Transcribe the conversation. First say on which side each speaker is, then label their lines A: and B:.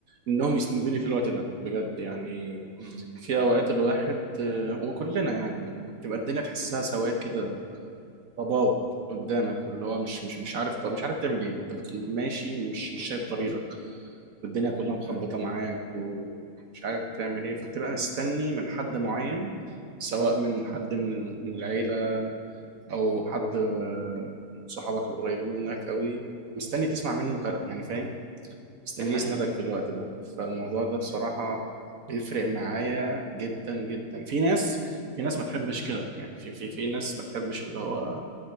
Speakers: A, on the right; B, on the right.
A: إنهم يسندوني في الوقت ده بجد يعني
B: مم.
A: في أوقات الواحد آه، وكلنا يعني بتبقى الدنيا تحسها سواد كده ضباب قدامك واللي
B: مم.
A: هو مش مش مش عارف مش عارف تعمل إيه أنت بت- ماشي مش مش شايف طريقة والدنيا كلها مخبطة
B: مم.
A: معاك ومش عارف تعمل ايه فبتبقى مستني من حد معين سواء من حد من ال- من العيلة أو حد آه، صحابك القريبين منك قوي مستني تسمع منه كلام يعني فاهم مستني
B: دي حقيقة
A: يسندك في الوقت ده فالموضوع ده بصراحة بيفرق معايا جدا جدا في ناس في ناس ما تحبش كده يعني في في في ناس ما تحبش اللي هو